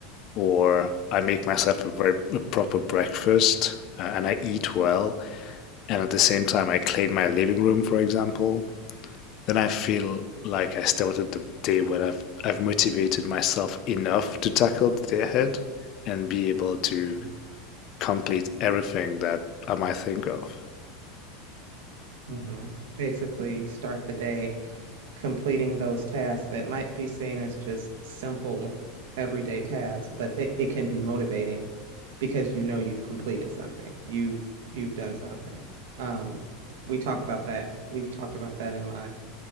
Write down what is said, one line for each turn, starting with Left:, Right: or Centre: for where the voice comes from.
Left: or I make myself a very a proper breakfast uh, and I eat well. and at the same time I clean my living room, for example, then I feel like I started the day when I've I've motivated myself enough to tackle the day ahead and be able to
Right: hmm
Left: complete everything that I might think of.
Right: hmm Basically, start the day completing those tasks that might be seen as just simple everyday tasks, but they, it can be motivating because you know you've completed something. You've you've done something. Um, we talk about that. We've talked about that in my